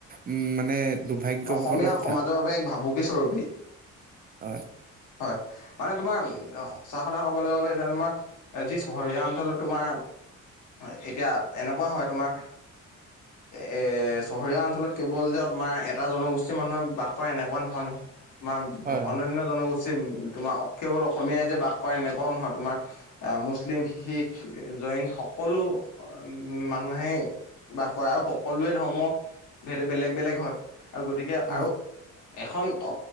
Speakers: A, on the right (about 30°); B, on the left (about 80°).
A: উম মানে দুৰ্ভাগ্যৱগতৰ
B: অসমীয়া
A: কথা
B: সমাজৰ বাবে এক ভাবুকি স্বৰূপী
A: হয়।
B: হয় মানে তোমাৰ উম সঁচা কথা ক'বলৈ গলে এতিয়া তোমাৰ এ যি চহৰীয়া অঞ্চলত তোমাৰ এতিয়া এনেকুৱা হয় তোমাৰ এ চহৰীয়া অঞ্চলত কেৱল যে তোমাৰ এটা জনগোষ্ঠীৰ মানুহে বাস কৰে কোৱা নহয় নহয়, তোমাৰ
A: হয় হয়
B: অনন্য জনগোষ্ঠী তোমাৰ কেৱল অসমীয়াই যে বাস কৰে এনেকুৱাও নহয়। তোমাৰ আহ' মুছলিম, শিখ, জৈন সকলো উমঁ' মানুহেই বাস কৰে আৰু সকলোৱে ধৰ্ম সেইটো বেলেগ বেলেগ হয় আৰু গতিকে গতিকে
A: হয়
B: আৰু এখন